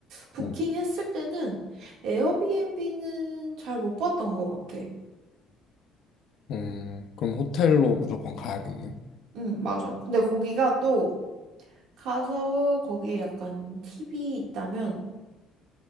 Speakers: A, on the right; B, on the left.
A: 부킹했을
B: 응.
A: 때는 에어비앤비는 잘 못 봤던 것 같아.
B: 음, 그럼 호텔로 무조건 가야겠네.
A: 응, 맞아. 근데 거기가 또 가서 거기에 약간 팁이 있다면